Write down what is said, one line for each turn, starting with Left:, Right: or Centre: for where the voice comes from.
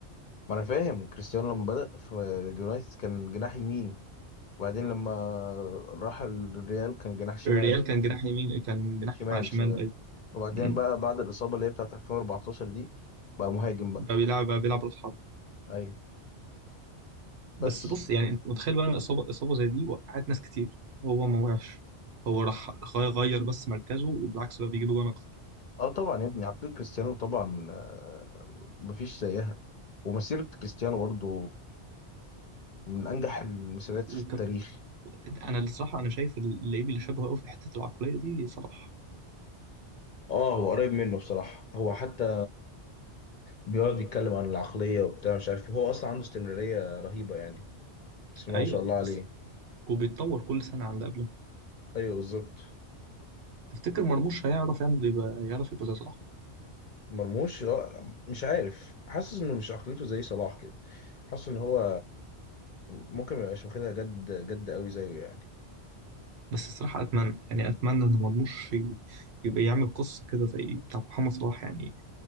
Left: ما انا فاهم كريستيانو لما بدأ في اليونايتد كان جناح يمين وبعدين لما راح الريال كان جناح شمال
Right: الريال كان جناح يمين كان جناح
Left: شمال
Right: شمال
Left: شمال
Right: اي
Left: وبعدين
Right: مم.
Left: بقى بعد الإصابة اللي هي بتاعت 2014 دي بقى مهاجم بقى
Right: بقى بيلعب بقى بيلعب راس حرب
Left: ايوه
Right: بس
Left: بس
Right: بص يعني انت متخيل بقى ان اصابه اصابه زي دي وقعت ناس كتير هو ما وقعش هو راح غير غير بس مركزه وبالعكس بقى بيجيب جوان اكتر
Left: اه طبعا يا ابني عقلية كريستيانو طبعا آه، مفيش زيها ومسيرة كريستيانو برضو من أنجح المسيرات
Right: وك...
Left: في التاريخ
Right: انا الصراحه انا شايف اللعيب اللي شبهه قوي في حته العقليه دي صلاح
Left: اه هو قريب منه بصراحة هو حتى بيقعد يتكلم عن العقلية وبتاع مش عارف إيه. هو اصلا عنده استمرارية رهيبة يعني بسم الله
Right: ايوه
Left: ما شاء الله عليه
Right: بس وبيتطور كل سنه عن اللي قبلها
Left: ايوه بالظبط
Right: تفتكر مرموش هيعرف يعمل يبقى يعرف يبقى زي صلاح
Left: مرموش آه، مش عارف حاسس انه مش عقليته زي صلاح كده حاسس ان هو ممكن ما يبقاش واخدها جد جد قوي زيه يعني
Right: بس الصراحه اتمنى يعني اتمنى ان مرموش ي- يبقى يعمل قصه كده زي بتاع محمد صلاح يعني